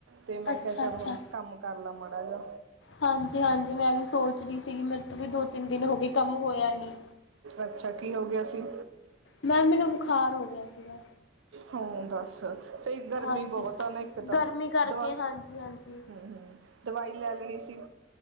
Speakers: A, on the right (about 75°); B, on the left (about 65°).
A: ਤੇ ਮੈਂ
B: ਅੱਛਾ
A: ਕਿਹਾ ਚੱਲ
B: ਅੱਛਾ
A: ਹੁਣ ਕੰਮ ਕਰ ਲਾ ਮਾੜਾ ਜਾ
B: ਹਾਂਜੀ, ਹਾਂਜੀ ਮੈਂ ਵੀ ਸੋਚ ਰਹੀ ਸੀਗੀ ਮੇਰੇ ਤੋਂ ਵੀ ਦੋ ਤਿੰਨ ਦਿਨ ਹੋ ਗਏ ਕੰਮ ਹੋਇਆ ਨੀ।
A: ਅੱਛਾ ਕੀ ਹੋ ਗਿਆ ਸੀ
B: ਮੈਮ ਮੈਨੂੰ ਬੁਖਾਰ ਹੋ ਗਿਆ ਸੀਗਾ
A: ਹਾ ਦੱਸ ਸਹੀ ਗਰਮੀ
B: ਹਾਂਜੀ
A: ਬਹੁਤ ਆ ਨਾ ਇੱਕ ਤਾਂ
B: ਗਰਮੀ ਕਰਕੇ
A: ਦਵਾ
B: ਹਾਂਜੀ ਹਾਂਜੀ
A: ਹੂੰ, ਹੂੰ ਦਵਾਈ ਲੈ ਲੈਣੀ ਸੀ